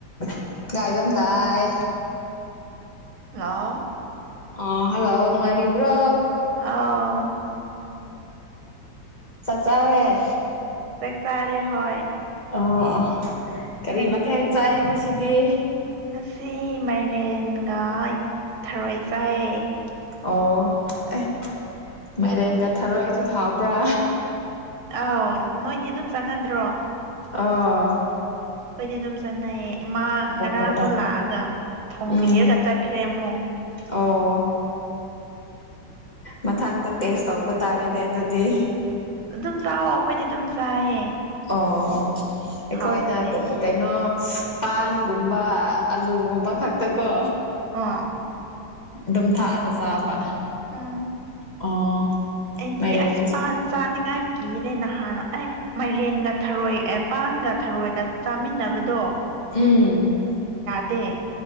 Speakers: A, on the left (about 25°); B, on the right (about 80°).
A: <unintelligible> ꯉꯥꯏꯕꯝ ꯇꯥꯏ
B: ꯂꯧ
A: ꯑ ꯍꯜꯂꯣ ꯉꯔꯤꯕ꯭ꯔꯣ
B: ꯑꯥꯎ
A: ꯆꯠ ꯆꯥꯔꯦ
B: ꯆꯦꯛ ꯆꯥꯔ ꯍꯣꯏ
A: ꯑꯣ ꯀꯔꯤ
B: ꯅꯪꯗꯤ
A: ꯃꯊꯦꯜ ꯆꯥꯏ ꯉꯁꯤꯗꯤ
B: ꯁꯤ ꯃꯥꯏꯔꯦꯟꯒ ꯊꯔꯣꯏ ꯆꯥꯏ
A: ꯑꯣ ꯑꯦ ꯃꯦꯔꯦꯟꯒ ꯊꯔꯣꯏꯁꯨ ꯍꯥꯎꯕ꯭ꯔꯥ
B: ꯑꯥꯎ ꯅꯣꯏꯗꯤ ꯑꯗꯨꯝ ꯆꯥꯟꯅꯗ꯭ꯔꯣ
A: ꯑ
B: ꯈꯣꯏꯗꯤ ꯑꯗꯨꯝ ꯆꯠꯅꯩꯌꯦ ꯏꯃꯥ ꯉꯔꯥꯡꯗꯣ
A: ꯑꯣ ꯑꯣ
B: ꯂꯥꯛꯑꯒ ꯐꯣꯡꯕꯤꯔꯒ
A: ꯎꯝ
B: ꯆꯠꯈ꯭ꯔꯦ ꯑꯃꯨꯛ
A: ꯑꯣ ꯃꯊꯪꯗ ꯇꯦꯁ ꯇꯧꯕ ꯇꯥꯔꯦꯅꯦ ꯑꯗꯨꯗꯤ
B: ꯑꯗꯨꯝ ꯆꯥꯎꯥꯛꯑꯣ ꯑꯩꯈꯣꯏꯗꯤ ꯑꯗꯨꯝ ꯆꯥꯏꯌꯦ
A: ꯑꯣ ꯑꯣ ꯑꯩꯈꯣꯏꯅ
B: ꯍꯥꯎꯕꯅꯦ
A: ꯀꯩꯅꯣ ꯄꯥꯟꯒꯨꯝꯕ ꯑꯂꯨꯒꯨꯝꯕ ꯈꯛꯇ ꯀꯣ
B: ꯑꯥ
A: ꯑꯗꯨꯝ ꯊꯥꯛꯑꯒ ꯆꯥꯕ
B: ꯎꯝ
A: ꯑꯣ
B: ꯑꯩꯗꯤ
A: ꯃꯥꯏꯔꯦꯟꯗꯁꯨ
B: ꯑꯁ ꯄꯥꯟ ꯆꯥꯅꯤꯡꯉꯥꯏ ꯀꯤꯔꯦ ꯅꯍꯥꯟ ꯑꯦ ꯃꯥꯏꯔꯦꯟꯒ ꯊꯔꯣꯏ ꯑꯦ ꯄꯥꯟꯒ ꯊꯔꯣꯏꯒ ꯆꯥꯃꯤꯟꯅꯕꯗꯣ
A: ꯎꯝ
B: ꯗꯦ